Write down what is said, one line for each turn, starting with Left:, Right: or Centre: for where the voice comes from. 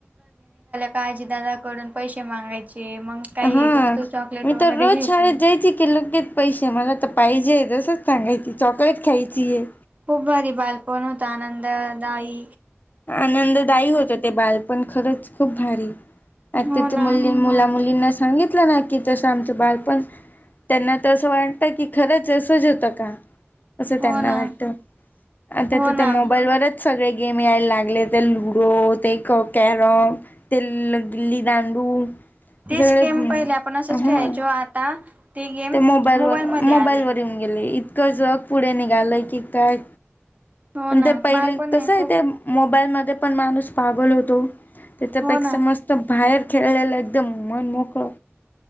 Right: काळजी दादा कडून पैसे मागायचे. मग काही
Left: हा
Right: वस्तू चॉकलेट
Left: मी
Right: वगैरे
Left: तर रोज
Right: घ्यायचे
Left: शाळेत जायची की लगेच पैसे मला तर पाहिजे. तच सांगायची चॉकलेट ख्यायची आहे.
Right: खूप भारी बालपण होत आनंददाई.
Left: आनंददायी होतो ते बाल पण खरंच खूप भारी. आताच्या
Right: हो ना
Left: मुली मुला मुलींना सांगितलं ना कि तसं आमचं बालपण त्यांना तर असं वाटतं की खरंच असंच होतं का? असं
Right: हो
Left: त्यांना
Right: ना
Left: वाटत आता
Right: हो
Left: तर
Right: ना
Left: त्या मोबाईलवरच सगळे गेम मिळायला लागले तर लुडो ते कॅरम ते गिल्ली दांडू.
Right: तेच
Left: सगळे
Right: गेम पहिले आपण असंच
Left: हा
Right: खेळायचो आता गेम्स
Left: ते मोबाईलवर
Right: मोबाईलमध्ये
Left: मोबाईल
Right: आले
Left: वर येऊन गेले इतकं जग पुढे निघालंय की काय
Right: हो
Left: प
Right: ना
Left: ते पहिले
Right: बालपण
Left: कस आहे
Right: खूप
Left: ते मोबाईल म म पण माणूस पागल होतो त्याच्यापेक्षा
Right: हो ना
Left: मस्त बाहेर खेळला एकदम मन मोकळ.